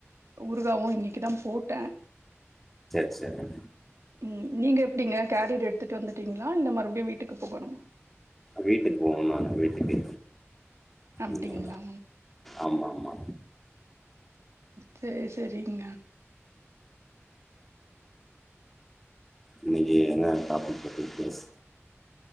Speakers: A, on the right (about 70°); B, in the centre.
A: ஊறுகாவு இன்னக்கிதா போட்ட
B: செரி
A: உம் நீங்க எப்டிங்க கேரியர் எடுத்துட்டு வந்துட்டீங்களா இல்ல மறு வீட்டுக்கு போகணுமா
B: வீட்டுக்கு போவனு நானு வீட்டுக்கு
A: அப்டிங்ளா
B: ம், ஆமா ஆமா
A: சேர் செரிங்க
B: இன்னக்கி என்னா டாப்பிக் பத்தி பேஸ்